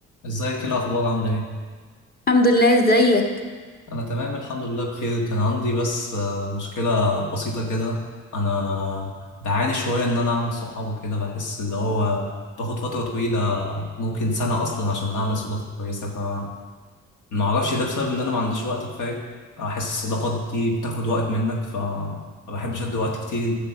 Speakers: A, on the left; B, on the left.
A: ازيك ايه الاخبار عامله ايه
B: الحمد لله ازيك
A: انا تمام الحمد لله بخير كان عندي بس آه، مشكله بسيطه كده انا بعاني شويه ان انا اعمل صحاب وكده بحس اللي هو باخد فتره طويله ممكن سنه اصلا عشان اعمل صداقه كويسه فما اعرفش ده بسبب ان انا ما عنديش وقت كفايه احس الصداقات دي بتاخد وقت منك فما بحبش ادي وقت كتير